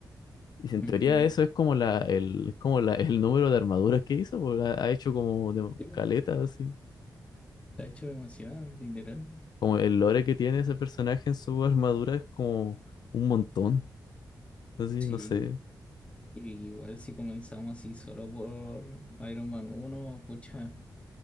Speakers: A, on the left (about 75°); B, on the left (about 15°).
A: Y si en
B: Ujú.
A: teoría eso es como la, el, es como la, el número de armaduras que hizo, po, la- ha hecho como de
B: Sí, po.
A: caleta, así.
B: Está hecho demasiado, literal.
A: Como el lore que tiene ese personaje en su armadura es como un montón. Así,
B: Sí.
A: no sé.
B: Y igual si comenzamos así solo por Iron Man uno pucha,